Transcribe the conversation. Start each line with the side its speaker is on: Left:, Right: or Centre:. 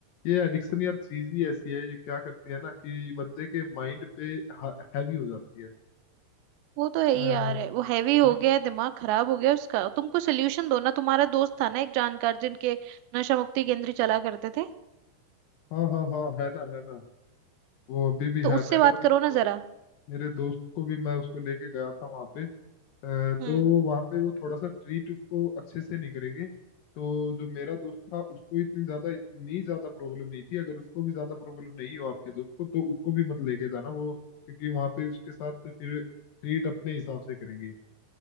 Left: ये एडिक्शन यार चीज ही ऐसी है ये क्या करती है ना कि बंदे के माइंड पे हैवी हो जाती है
Right: वो तो है
Left: अ,
Right: ही यार है वो हैवी हो
Left: जब
Right: गया है दिमाग खराब हो गया है उसका तुमको सोल्यूशन दो ना तुम्हारा दोस्त था ना एक जानकार जिनके नशा मुक्ति केंद्र चला करते थे
Left: हाँ हाँ हाँ है ना है ना वो अभी भी
Right: तो
Left: है
Right: उससे
Left: मैंने
Right: बात
Left: मतलब
Right: करो ना
Left: मेरे,
Right: जरा
Left: मेरे दोस्त को भी मैं उसको लेके गया था वहां पे अ,
Right: हम्म
Left: तो वहाँ पे वो थोड़ा सा ट्रीट उसको अच्छे से नहीं करेंगे तो जो मेरा दोस्त था उसको इतनी ज्यादा इतनी ज्यादा प्रॉब्लम नहीं थी अगर उसको भी ज्यादा प्रॉब्लम नहीं हो आपके दोस्त को तो उसको भी मत लेके जाना वो क्योंकि वहाँ पे उसके साथ फिर ट्रीट अपने हिसाब से करेंगे